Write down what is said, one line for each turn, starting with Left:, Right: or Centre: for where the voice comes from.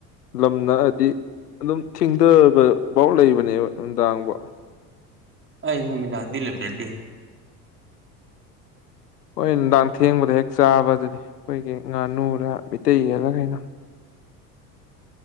Left: ꯂꯝ ꯅꯛꯑꯗꯤ ꯑꯗꯨꯝ ꯊꯤꯡꯗꯕꯐꯥꯎ ꯂꯩꯕꯅꯦꯕ ꯅꯨꯡꯗꯥꯡꯕꯧ
Right: ꯑꯩ ꯅꯨꯃꯤꯗꯥꯥꯛꯗꯤ ꯂꯞꯅꯗꯦ
Left: ꯍꯣꯏ ꯅꯨꯡꯗꯥꯡ ꯊꯦꯡꯕꯗ ꯍꯦꯛ ꯆꯥꯕ ꯑꯗꯨꯅꯤ ꯑꯩꯈꯣꯏꯒꯤ ꯉꯥꯅꯨꯔ ꯃꯤꯇꯩꯩ ꯌꯦꯜꯂ ꯀꯩꯅꯣ